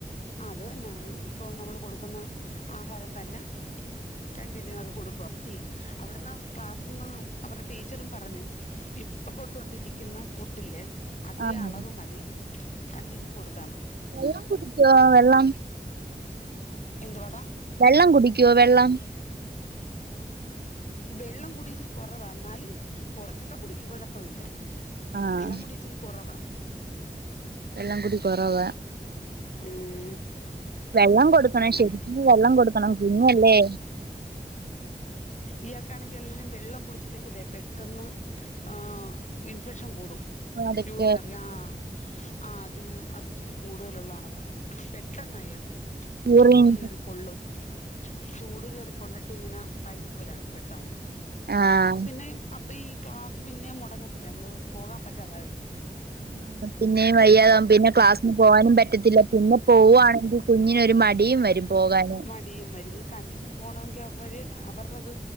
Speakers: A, on the left; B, on the right.
A: അത് തന്നെ ഇപ്പൊ നമ്മള് കൊടുക്കുന്ന ആഹാരം തന്നെ കണ്ടിന്യൂ അത് കൊടുക്കുക അപ്പ ടീ അവിടുന്ന് ക്ലാസീന്ന് അവരുടെ ടീച്ചറും പറഞ്ഞ് ഇപ്പൊ കൊടുത്തോണ്ടിരിക്കുന്ന ഫുഡില്ലേ അതേ
B: ആഹ്
A: അളവ് മതീ കണ്ടിന്യൂ കൊടു
B: വെള്ളം കുടിക്കോ വെള്ളം
A: എന്തുവാടാ
B: വെള്ളം കുടി ടിക്കോ വെള്ളം
A: വെള്ളം കുടി ഇച്ചിരി കൊറവാ എന്നാലും കൊറച്ചൊക്കെ കുടിക്കും കൊഴപ്പമില്ലാ
B: ആഹ്
A: വെള്ളം കുടി ഇച്ചിരി കൊറവാ
B: വെള്ളംകുടി കൊറവാ
A: ഉം
B: വെള്ളം കൊടുക്കണം
A: പിന്നെ
B: ശരിക്കും വെള്ളം കൊടുക്കണം കുഞ്ഞല്ലേ
A: ഇയാക്കാണെങ്കി എല്ലാം വെള്ളം കുടിച്ചില്ലെങ്കിലേ പെട്ടെന്ന് ആ ഇൻഫെക്ഷൻ കൂടും
B: അതൊക്കെ
A: യൂറിനറി ആ ആത് ആ ഇച്ചിരി കൂടുതലുള്ള ആളാ പെട്ടെന്ന് അയാക്ക്
B: യൂറിൻ
A: ചൂട് കയറിക്കൊള്ളും ചൂട് കേറിക്കൊണ്ടിട്ട് ഇങ്ങനെ പനി പോലാകും പെട്ടെന്ന്
B: ആഹ്
A: അപ്പൊ പിന്നെ അപ്പൊ ഈ ക്ലാസ്സ് പിന്നേം മൊടങ്ങത്തില്ലേ നമ്മള് പോകാൻ പറ്റാതാ
B: ആ പിന്നെയും വയ്യാതാവുമ്പോ പിന്നെ ക്ലാസ്സിന് പോകാനും പറ്റത്തില്ല പിന്നെ പോവുവാണെങ്കി കുഞ്ഞിനേ മടിയും വരും പോകാന്
A: മടിയും വരും ഇത കണ്ടിന്യൂ പോണമെങ്കി അവന്മാര് അവരുടേത്